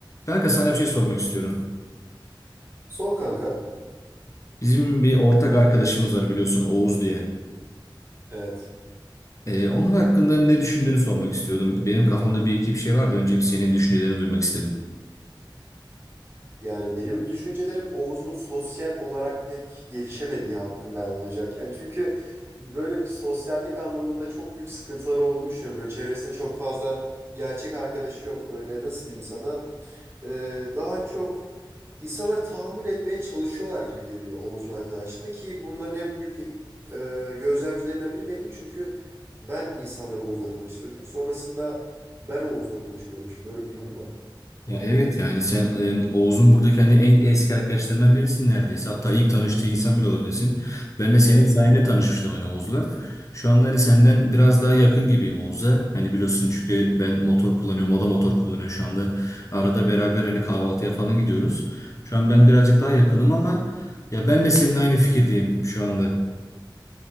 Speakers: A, on the left; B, on the right.
A: Kanka sana bir şey sormak istiyorum.
B: Sor kanka.
A: Bizim bir ortak arkadaşımız var biliyorsun Oğuz diye.
B: Evet.
A: Ee, onun hakkında ne düşündüğünü sormak istiyordum. Benim kafamda bir iki bir şey vardı. Önce bir senin düşüncelerini duymak istedim.
B: Yani benim düşüncelerim Oğuz'un sosyal olarak pek gelişemediği hakkında olacak. Yani çünkü böyle bir sosyallik anlamında çok büyük sıkıntıları olduğunu düşünüyorum. Böyle çevresinde çok fazla gerçek arkadaşı yok. Böyle nasıl diyeyim sana? Ee, daha çok insanlar tahammül etmeye çalışıyorlar gibi geliyor Oğuz'un arkadaşlığında ki bunların en büyük e, gözlemcilerinden biri benim. Çünkü ben insanları Oğuz'la tanıştırdım. Sonrasında ben Oğuz'la konuşmuyorum şimdi. Öyle bir durum var.
A: Ya evet yani sen e, Oğuz'un buradaki hani en eski arkadaşlarından birisin neredeyse. Hatta ilk tanıştığı insan bile olabilirsin. Ben de senin
B: Evet.
A: sayende tanışmıştım hani Oğuz'la. Şu anda hani senden biraz daha yakın gibiyim Oğuz'a. Hani biliyorsun çünkü ben motor kullanıyorum, o da motor kullanıyor şu anda. Arada beraber hani kahvaltıya falan gidiyoruz. Şu an ben birazcık daha yakınım ama ya ben de senin aynı fikirdeyim şu anda.